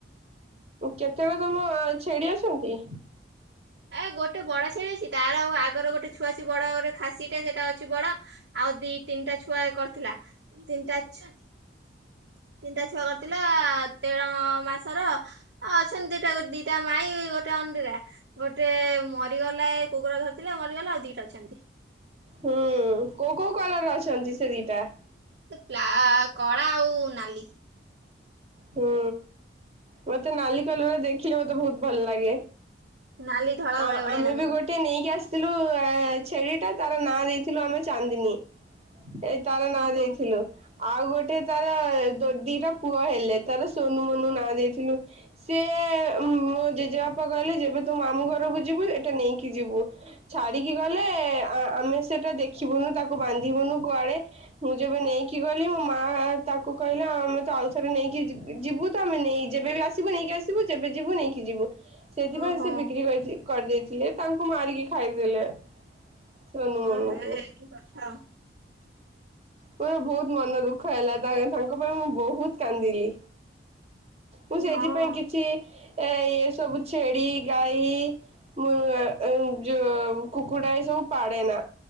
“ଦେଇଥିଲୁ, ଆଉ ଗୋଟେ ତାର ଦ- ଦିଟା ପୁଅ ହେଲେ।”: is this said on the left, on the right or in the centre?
Right